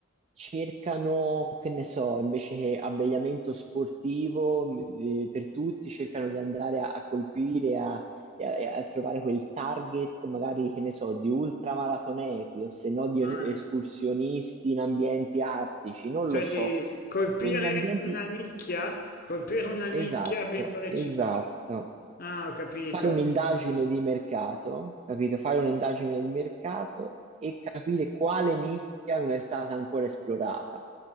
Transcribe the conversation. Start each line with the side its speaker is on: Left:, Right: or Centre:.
Right: cercano, che ne so, invece che abbigliamento sportivo, mh, eh, per tutti, cercano di andare a, a colpire, a e a, e a trovare quel target, magari, che ne so, di ultramaratoneti o se no di
Left: Ah,
Right: escursionisti in ambienti artici, non
Left: cioè
Right: lo so.
Left: di colpire
Right: Quegli ambienti,
Left: una nicchia, colpire una nicchia
Right: esatto,
Left: ben precisa.
Right: esatto.
Left: Ah, ho capito.
Right: Fare un'indagine di mercato, capito? Fare un'indagine di mercato e capire quale nicchia non è stata ancora esplorata.